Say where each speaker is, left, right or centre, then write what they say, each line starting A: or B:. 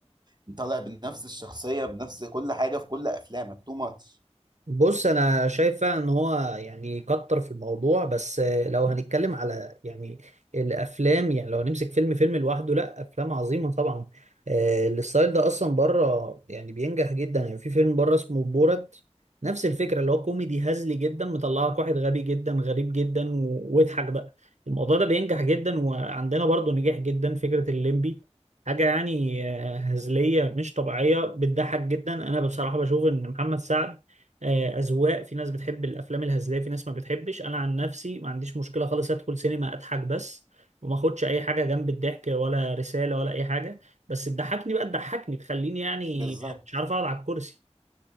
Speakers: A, on the right (about 40°); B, on the right (about 85°).
A: انت طالع بنفس الشخصيه بنفس كل حاجه في كل افلامك تو ماتش
B: بص انا شايف فعلا ان هو يعني كتر في الموضوع بس لو هنتكلم على يعني الافلام يعني لو هنمسك فيلم فيلم لوحده لا افلام عظيمه طبعا آه، الستايل ده اصلا بره يعني بينجح جدا يعني في فيلم بره اسمه بورت نفس الفكره اللي هو كوميدي هزلي جدا مطلع لك واحد غبي جدا غريب جدا و- واضحك بقى الموضوع ده بينجح جدا وعندنا برضه نجاح جدا فكره الليمبي حاجة يعني آه، هزلية مش طبيعية بتضحك جدا أنا بصراحة بشوف إن محمد سعد آه، اذواق في ناس بتحب الافلام الهزليه في ناس ما بتحبش انا عن نفسي ما عنديش مشكله خالص ادخل سينما اضحك بس وما اخدش اي حاجه جنب الضحك ولا رساله ولا اي حاجه بس تضحكني بقى تضحكني تخليني يعني
A: بالظبط
B: مش عارف اقعد على الكرسي